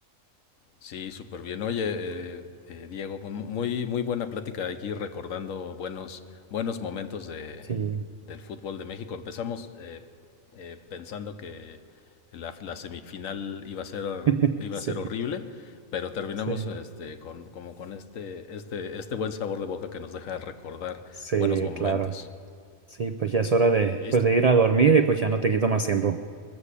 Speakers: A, on the left; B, on the right.
A: Sí, súper bien. Oye, eh, eh, Diego, pues, muy, muy buena plática aquí recordando buenos, buenos momentos de,
B: Sí,
A: del fútbol de México. Empezamos eh, eh, pensando que la, la semifinal iba a ser,
B: <laughs>
A: iba
B: sí,
A: a ser horrible, pero terminamos
B: sí,
A: este, con, como con este, este, este buen sabor de boca que nos deja recordar
B: sí,
A: buenos momentos.
B: claro. Sí, pues ya es hora de,
A: Listo.
B: pues de ir a dormir y pues ya no te quito más tiempo.